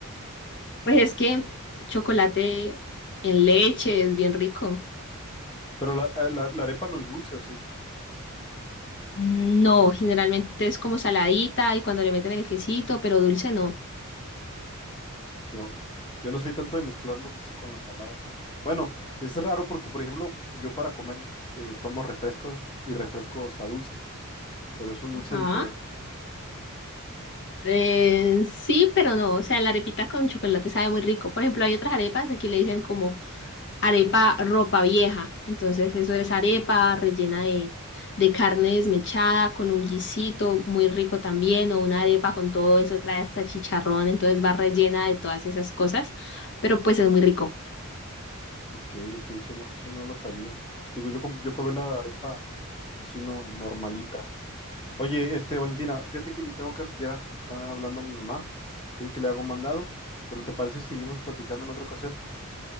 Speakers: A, on the left; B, on the left.
A: Pues es que chocolate en leche es bien rico.
B: Pero la, eh, la- la arepa no es dulce, ¿o sí?
A: Mm, No, generalmente es como saladita y cuando le meten el quesito, pero dulce no.
B: Yo, yo no soy tanto de mezclar lo dulce con lo salado. Bueno, es raro porque, por ejemplo, yo para comer eh, tomo refresco y refresco está dulce, pero es un dulce
A: Ajá.
B: diferente.
A: Eh, sí, pero no. O sea, la arepita con chocolate sabe muy rico. Por ejemplo, hay otras arepas, aquí le dicen como arepa ropa vieja. Entonces, eso es arepa rellena de, de carne desmechada con un guisito muy rico también, o una arepa con todo eso, trae hasta chicharrón, entonces va rellena de todas esas cosas. Pero pues es muy rico.
B: Ok, ok, eso no, eso no lo sabía. Digo, yo, com- yo probé la arepa así no normalita. Oye, este, Valentina, fíjate que me tengo que retirar. Me está hablando mi mamá. Quiere que le haga un mandado, pero ¿te parece si seguimos platicando en otra ocasión?